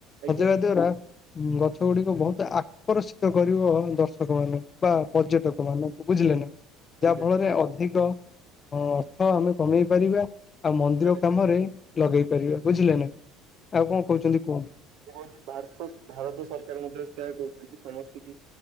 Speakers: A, on the right; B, on the left.
A: ଆଜ୍ଞା
B: ସଜେଇବା ଦ୍ଵାରା ଗଛ ଗୁଡିକ ବହୁତ ଆକର୍ଷିତ କରିବ ଦର୍ଶକ ମାନଙ୍କୁ। ବା
A: ଆଜ୍ଞା
B: ପର୍ଯ୍ୟଟକ ମାନଙ୍କୁ ବୁଝିଲେ ନା
A: ହୁଁ
B: ଯାହା
A: ଆଜ୍ଞା।
B: ଫଳରେ ଅଧିକ ହଁ ଅର୍ଥ ଆମେ କମେଇ ପାରିବା ଆଉ ମନ୍ଦିର
A: ଆଜ୍ଞା।
B: କାମରେ ଲଗେଇ ପାରିବା ବୁଝିଲେ ନା ଆଉ କଣ କହୁଛନ୍ତି କୁହନ୍ତୁ?
A: କଉ ଭାର ଭାରତ ସରକାର ମଧ୍ୟ ସେୟା କହୁଛନ୍ତି ସମସ୍ତେ କି